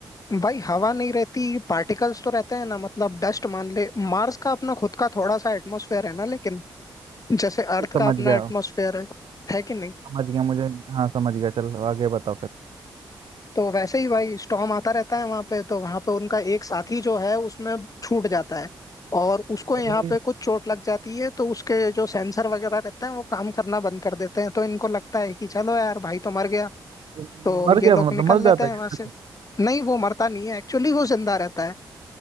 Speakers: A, on the left; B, on the right.
A: भाई हवा नहीं रहती पार्टिकल्स तो रहते हैं ना मतलब डस्ट मान ले मार्स का अपना खुद का थोड़ा सा एटमॉस्फेयर है ना लेकिन जैसे अर्थ
B: समझ
A: का अपना
B: गया
A: एटमॉस्फेयर है है कि नहीं
B: समझ गया मुझे हाँ समझ गया चल आगे बताओ फिर
A: तो वैसे ही भाई स्टॉर्म आता रहता है वहां पे तो वहां पे उनका एक साथी जो है उसमें छूट जाता है और उसको
B: अरे
A: यहाँ पे कुछ चोट लग जाती है तो उसके जो सेंसर वगैरह रहते हैं वो काम करना बंद कर देते हैं तो इनको लगता है कि चलो यार भाई तो मर गया
B: तुम
A: तो
B: मर
A: ये
B: गया
A: लोग
B: मतलब
A: निकल
B: मर जाता
A: लेते हैं
B: है
A: वहां
B: क्या?
A: से नहीं वो मरता नहीं है एक्चुअली वो जिंदा रहता है